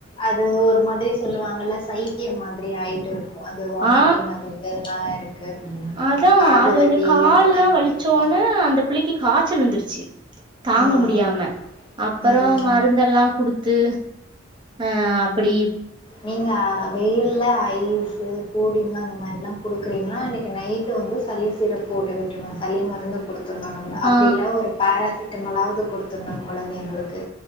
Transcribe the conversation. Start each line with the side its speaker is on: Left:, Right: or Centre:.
Left: அது ஒரு மாதிரி சொல்லுவாங்கல்ல சைத்தியோ மாதிரி ஆயிட்டு இருக்கும் அந்த வாமிட்டிங்
Right: ஆ
Left: அந்ததெல்லா இருக்கு அப்டின்னாக்கா.
Right: அதா
Left: காது
Right: அது
Left: வலி
Right: வந்து கால்லா
Left: அதெல்லாம் கூட
Right: வழிச்சோன
Left: இருக்கும்.
Right: அந்த புள்ளைக்கு காச் சல் வந்துருச்சு தாங்க
Left: ம்,
Right: முடியாம அப்பறோ
Left: ம். ம்.
Right: மருந்தெல்லா குடுத்து ஆ அப்பிடி
Left: நீங்க வெயில் ல்ல ஐஸு கூலிங்க் அந்த மாரில்லா குடுக்குறீங்னா அன்னைக்கு நைட்டு வந்து சளி சிரப் போட்டு விட்ரனு சளி மருந்து குடுத் துர்னு நம்ம அப்டி
Right: ஆ
Left: இல்ல ஒரு பேராசிட்டமாலாது இது குடுத்துர்னு கொழந்தைங்களுக்கு